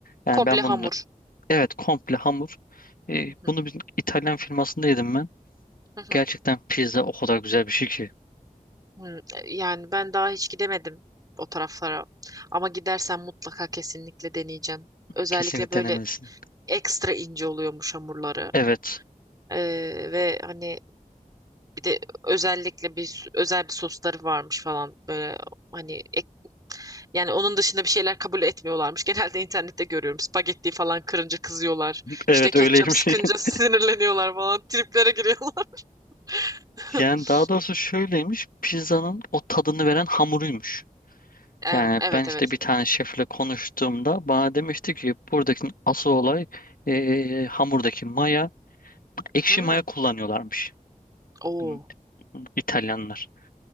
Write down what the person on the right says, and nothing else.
Komple
hamur.
Hı
hı.
Hı hı.
Hmm, yani ben daha hiç gidemedim o taraflara. Ama gidersen mutlaka kesinlikle deneyeceğim. Özellikle
böyle
ekstra ince oluyormuş hamurları.
Ee, ve hani bir de özellikle bir s- özel bir sosları varmış falan böyle hani ek- yani onun dışında bir şeyler kabul etmiyorlarmış. <laughs> Genelde internette görüyorum. Spagetti falan kırınca kızıyorlar.
İşte ketçap
sıkınca
<laughs> sinirleniyorlar falan. Triplere giriyorlar. <laughs>
Ee,
Evet
evet.
Hmm.
Oo,